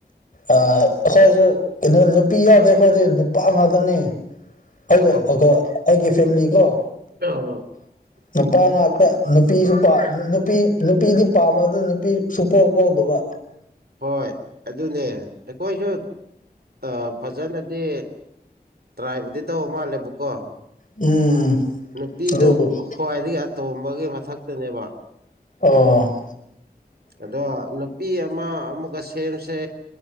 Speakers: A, on the left (about 55°); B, on the right (about 75°).
A: ꯑꯥ ꯑꯈꯣꯏꯁꯨ ꯀꯩꯅꯣ ꯅꯨꯄꯤ ꯌꯥꯎꯗꯦ ꯈꯣꯏꯗꯤ ꯅꯨꯄꯥ ꯉꯥꯛꯇꯅꯦ ꯑꯩꯅ
B: ꯑꯣ
A: ꯑꯒꯣ ꯑꯩꯒꯤ ꯐꯦꯝꯂꯤ ꯀꯣ
B: <unintelligible>
A: ꯅꯨꯄꯥ ꯉꯥꯛꯇ ꯅꯨꯄꯤꯁꯨ ꯄꯥ ꯅꯨꯄꯤ ꯅꯨꯄꯤꯗꯤ ꯄꯥꯝꯕ ꯑꯗꯨ ꯅꯨꯄꯤ ꯁꯨꯄꯣꯛ ꯄꯣꯛꯇꯕ
B: ꯍꯣꯏ ꯑꯗꯨꯅꯦ ꯑꯩꯈꯣꯏꯁꯨ ꯑ ꯐꯖꯅꯗꯤ ꯇ꯭ꯔꯥꯏꯕꯨꯗꯤ ꯇꯧꯕ ꯃꯥꯜꯂꯦꯕꯀꯣ
A: ꯎꯝ
B: ꯅꯨꯄꯤꯗꯣ
A: ꯑꯗꯨ
B: ꯈ꯭ꯋꯥꯏꯗꯒꯤ ꯑꯇꯣꯝꯕꯒꯤ ꯃꯊꯛꯇꯨꯅꯦꯕꯥ
A: ꯑꯣ
B: ꯑꯗꯣ ꯅꯨꯄꯤ ꯑꯃ ꯑꯃ ꯑꯃꯨꯛꯀ ꯁꯦꯝꯁꯦ